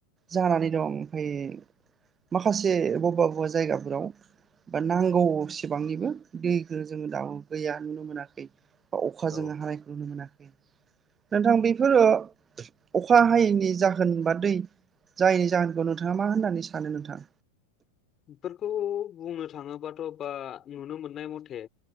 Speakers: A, on the right; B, on the left.
A: जानानै दं ओमफ्राय माखासे बबा बबेबा जायगाफोराव बा नांगौ गौसेबांनिबो दैखौ जोंङो दाउ गैया नुनो मोनाखै। बा अख जोङो
B: औ
A: हानायखौ नुनो मोनाखै नोंथां बेफोरो अखा हायैनि जाहोन बा दै जायैनि जाहोनखौ नोंथाङा मा होननानै सानो नोंथां?
B: बेफोरखौ बुंनो थाङोबाथ' बा नुनो मोननाय मथे।